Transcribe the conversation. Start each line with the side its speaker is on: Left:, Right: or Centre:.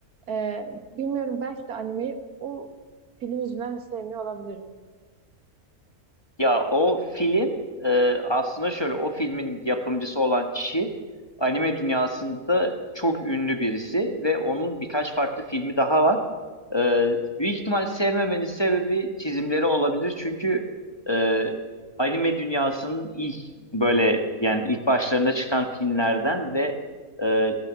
Right: E, bilmiyorum belki de animeyi o film yüzünden de sevmiyor olabilirim.
Left: Ya o film e, aslında şöyle o filmin yapımcısı olan kişi anime dünyasında çok ünlü birisi ve onun birkaç farklı filmi daha var. E, büyük ihtimal sevmemenin sebebi çizimleri olabilir çünkü e, anime dünyasının ilk böyle yani ilk başlarında çıkan filmlerden ve e,